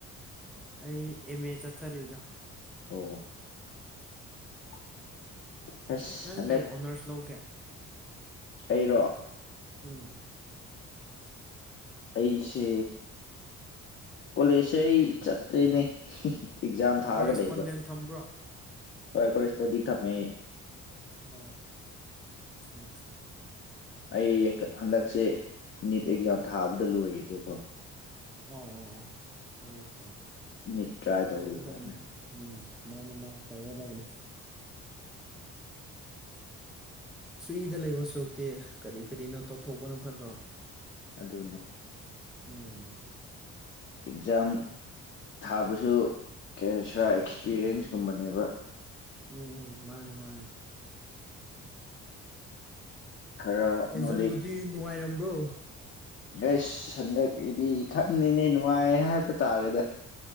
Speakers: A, in the centre; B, on the left.
A: ꯑꯩ ꯑꯦꯝ ꯑꯦ ꯆꯠꯊꯔꯤꯗ
B: ꯑꯣ <unintelligible> ꯑꯁ
A: ꯅꯪ
B: ꯍꯟꯗꯛ
A: ꯀꯩ ꯑꯣꯅꯔꯁ ꯂꯧꯒꯦ
B: ꯑꯩꯔꯣ
A: ꯎꯝ
B: ꯑꯩꯁꯦ ꯀꯣꯂꯦꯖꯁꯦ ꯑꯩ ꯆꯠꯇꯦꯅꯦ ꯑꯦꯛꯖꯥꯝ ꯊꯥꯛꯑꯒ
A: ꯀꯣꯔꯦꯁꯄꯣꯟꯗꯦꯟ
B: ꯂꯩꯌꯦꯕ
A: ꯊꯝꯕ꯭ꯔꯣ
B: ꯍꯣꯏ ꯀꯦꯁꯄꯣꯗꯤ ꯊꯝꯃꯦ
A: ꯑꯣꯝ ꯑꯆꯥ
B: ꯑꯩ ꯍꯟꯗꯛꯁꯦ ꯅꯤꯠ ꯑꯦꯛꯖꯥꯝ ꯊꯥꯕꯗ ꯂꯣꯏꯔꯔꯤꯕꯀꯣ
A: ꯑꯣ ꯐꯩꯌꯦꯦ ꯐꯩꯦ
B: ꯅꯤꯠ ꯇ꯭ꯔꯥꯏ ꯇꯧꯔꯤꯕ꯭ꯔꯥ
A: ꯇꯋ ꯇꯕꯅꯤ ꯎꯝ ꯃꯥꯅ ꯃꯥ ꯇꯧꯒꯗꯕꯅꯤ ꯐ꯭ꯔꯤꯗ ꯂꯩꯕ ꯁꯔꯨꯛꯇꯤ ꯀꯔꯤ ꯀꯔꯤꯅꯣ ꯇꯧꯊꯣꯛꯄꯅ ꯐꯠꯇ꯭ꯔꯣ
B: ꯑꯗꯨꯅꯦ
A: ꯎꯝ
B: ꯑꯦꯛꯖꯥꯝ ꯊꯥꯕꯁꯨ ꯀꯁꯔꯥ ꯑꯦꯛꯁꯄꯤꯔꯤꯌꯦꯟꯁꯀꯨꯝꯕꯅꯦꯕ
A: ꯎꯝ ꯎꯝ ꯃꯥꯅꯦ ꯃꯥꯅꯦ
B: ꯈꯔ
A: ꯑꯦꯛꯖꯥꯝꯕꯨꯗꯤ
B: ꯅꯣꯂꯖ
A: ꯅꯨꯡꯉꯥꯏꯔꯝꯕ꯭ꯔꯣ
B: ꯑꯩꯁ ꯍꯟꯗꯛꯀꯤꯗꯤ ꯈꯪꯉꯦꯅꯦ ꯅꯨꯡꯉꯥꯏ ꯍꯥꯏꯕ ꯇꯥꯔꯦꯗ